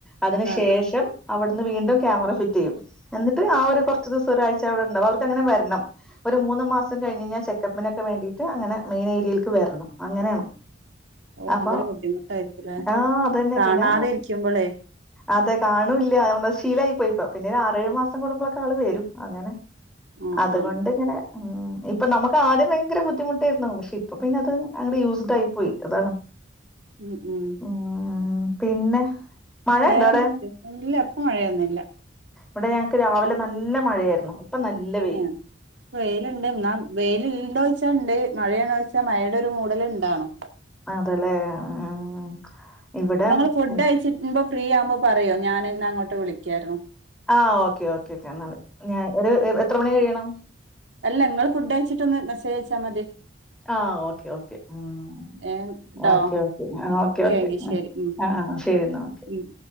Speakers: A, in the centre; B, on the right.
A: അതിന്
B: ആ ആ
A: ശേഷം
B: ആ
A: അവിടുന്ന് വീണ്ടും ക്യാമറ ഫിറ്റ് ചെയ്യും എന്നിട്ട് ആ ഒരു കുറച്ച് ദിവസം ഒരാഴ്ച അവിടെ ഉണ്ടാവും അവർക്ക് അങ്ങനെ വരണം ഒരു മൂന്ന് മാസം കഴിഞ്ഞ്ഞാ ചെക്കപ്പിനൊക്കെ വേണ്ടിയിട്ട് അങ്ങനെ മെയിൻ ഏരിയേൽക്ക് വരണം അങ്ങനെയാണ്
B: ഓ എന്തൊരു
A: അപ്പൊ
B: ബുദ്ധിമുട്ടായിരിക്കൂല്ലേ
A: ആഹ് അതന്നെ
B: കാണാതെ
A: പിന്നെ
B: ഇരിക്കുമ്പോളേ
A: അതെ കാണൂല്ല <unintelligible> ശീലായി പോയിപ്പം പിന്നെ ഒരു ആറേഴു മാസം കൂടുമ്പോളൊക്കെ ആള് വരും അങ്ങനെ
B: ആ
A: അതുകൊണ്ടിങ്ങനെ
B: ആ
A: നമുക്ക് ആദ്യം ഭയങ്കര ബുദ്ധിമുട്ടായിരുന്നു പക്ഷെ ഇപ്പൊ പിന്നെ അത് അങ്ങട് യൂസ്ഡ് ആയി പോയി അതാണ്
B: ഉം ഉം
A: ഉം പിന്നെ മഴ
B: വേറെന്ത്
A: ഉണ്ടോ അവിടെ
B: വിശേഷം ഇല്ല ഇപ്പ മഴയൊന്നില്ല
A: വ്ടെ ഞങ്ങക്ക് രാവിലെ നല്ല മഴയാരുന്നു ഇപ്പൊ നല്ല വെ
B: ഉം വെയിലുണ്ടെന്നാ വെയ്ലിണ്ടോച്ചാണ്ട് മഴയാണോച്ചാ മഴയുടെഒരുമൂടല് ണ്ടാണോ
A: അതല്ലെ ആഹ് ഇവിടെ
B: ഇന്നങ്ങള് ഫുഡ്
A: ഉം,
B: യിച്ചിട്മ്പോ ഫ്രീ ആവുമ്പോ പറയോ ഞാനിന്നങ്ങോട്ട് വിളിക്കാരുന്നു
A: ആഹ് ഓക്കേ ഓക്കേ ക്കേന്നാല് ഞാൻ ഒരു എത്ര മണി കയണം
B: അല്ല ഇങ്ങള്ഫുഡ് അയച്ചിട്ടൊന്ന് മെസ്സേജ്യയിച്ചാമതി
A: ആഹ് ഓക്കേ ഓക്കേ ഉം
B: ഏ ട്ടോ
A: ഓക്കേ ആ ഓക്കെ ഓക്കെ
B: എങ്കി ശരി ഉം
A: ആഹ് അഹ്‌ ശരിന്നാ ഓക്കെ
B: ഉം ഉം